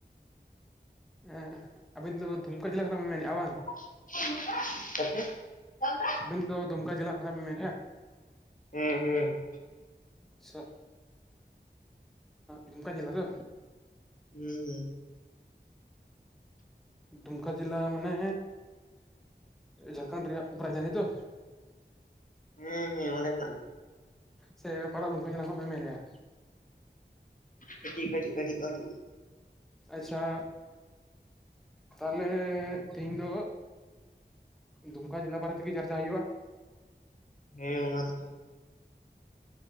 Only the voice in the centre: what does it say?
ᱮᱸᱜ ᱟᱵᱤᱱ ᱫᱚ ᱫᱩᱢᱠᱟᱹ ᱡᱮᱞᱟ ᱠᱷᱚᱱᱟᱜ ᱵᱤᱱ ᱢᱮᱱᱮᱜᱼᱟ ᱵᱟᱝ?
ᱟᱵᱤᱱ ᱫᱚ ᱫᱩᱢᱠᱟ ᱡᱮᱞᱟ ᱠᱷᱚᱱᱟᱜ ᱵᱤᱱ ᱢᱮᱱᱮᱜᱼᱟ?
ᱟᱪᱪᱷᱟ᱾ ᱫᱩᱢᱠᱟ ᱡᱮᱞᱟ ᱫᱚ?
ᱫᱩᱢᱠᱟ ᱡᱮᱞᱟ ᱢᱟᱱᱮ, ᱡᱷᱟᱲᱠᱷᱟᱱᱰ ᱨᱮᱭᱟᱜ ᱩᱵᱨᱟᱡᱟᱱᱤ ᱛᱚ?
ᱥᱮ ᱚᱠᱟᱴᱟᱜ ᱫᱩᱢᱠᱟ ᱡᱮᱞᱟ ᱠᱷᱚᱱ ᱵᱮᱱ ᱢᱮᱱᱮᱜᱼᱟ?
ᱟᱪᱪᱷᱟ᱾ ᱛᱟᱦᱚ ᱞᱮ ᱛᱤᱦᱤᱧ ᱫᱚ ᱫᱩᱢᱠᱟ ᱡᱮᱞᱟ ᱵᱟᱨᱮ ᱛᱮᱜᱮ ᱪᱟᱨᱪᱟ ᱦᱩᱭᱩᱜᱼᱟ᱾